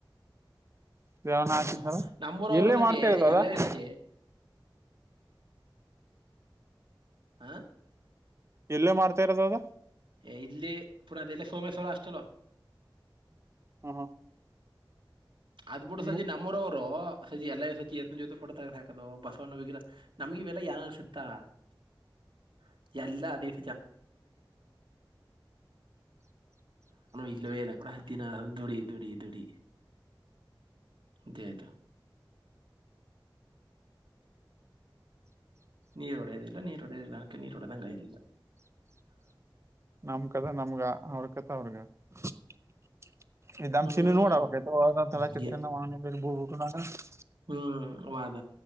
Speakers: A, on the right; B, on the right.
A: <unintelligible>
B: ಹಾ ಹಾ ಹಾ ನಮ್ಮೂರವರು ಸತಿ ಎಲ್ಲ ಸತಿ ಹಾ,
A: ಎಲ್ಲೇ ಮಾಡ್ತಾ ಇರೋದ ಅದ
B: ಹೇ ಇಲ್ಲಿ ಪುರಾ ಅದೆೇಲ್ಲೆ ಸೋಮೇಶ್ವರ ಹಾಸ್ಟೆಲ್ಲೂ.
A: ಹ್ಮ್
B: ಅದ್ ಬಿಡ್
A: ಹಿಂಗು
B: ಸಜಿ ನಮ್ಮೂರವ್ರು ಸಜಿ ಎಲ್ಲ ಸಜಿ ಎತ್ನ ಜೊತೆ ಫೋಟೊ ತೆಗ್ದ್ ಹಾಕೋದು ಬಸವನ ವಿಗ್ರಹ. ನಮ್ಗವೆಲ್ಲ ಏನ್ ಅನ್ಸುತ್ತಾ <unintelligible> ಯಾನು ಇಲ್ಲವೇ ಇಲ್ಲ ಕೂಡ ದಿನ ದುಡಿ ದುಡಿ ದುಡಿ. <unintelligible> ನೀರು ಒಡೆಯೋದಿಲ್ಲ ನೀರ್ ಒಡೆಯೋದಿಲ್ಲ ಅದ್ಕಕೆ ನೀರ್ ಆಗ್ಲಿಲ್ಲ.
A: ನಮ ಕಥ ನಮ್ಗ ಅವ್ರ ಕಥ ಅವ್ರಗ. <unintelligible>
B: ಹ್ಮ್ ಹಂಗೆ ಹ್ಮ್ ವಾದ.